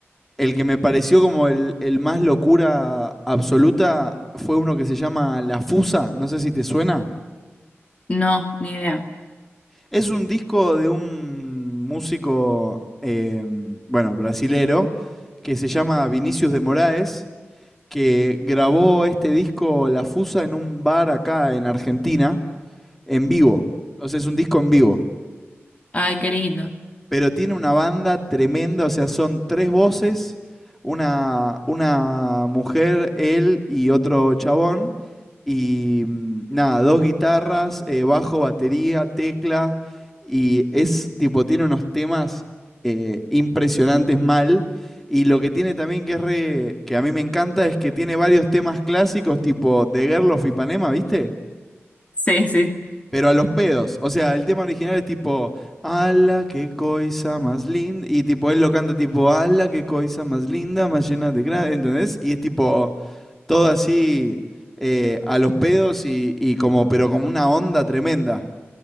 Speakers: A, in the centre; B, on the left (about 30°).
A: el que me pareció como el, el más locura absoluta fue uno que se llama La Fusa. No sé si te suena.
B: No, ni idea.
A: Es un disco de un músico, eh, bueno, brasilero, que se llama Vinicius de Moraes, que grabó este disco La Fusa en un bar acá en Argentina, en vivo. O sea, es un disco en vivo
B: Ay, qué lindo.
A: pero tiene una banda tremenda, o sea, son tres voces, una, una mujer, él y otro chabón, y mm, nada, dos guitarras, eh, bajo, batería, tecla, y es tipo, tiene unos temas eh, impresionantes mal. Y lo que tiene también que es re- que a mí me encanta es que tiene varios temas clásicos tipo The Girl of Ipanema, ¿viste?
B: Sí, sí,
A: Pero a los pedos. O sea, el tema original es tipo, ala, qué coisa más linda. Y tipo, él lo canta tipo, ala, qué coisa más linda, más llena de gracia. ¿Entendés? Y es tipo, todo así eh, a los pedos y, y como, pero como una onda tremenda.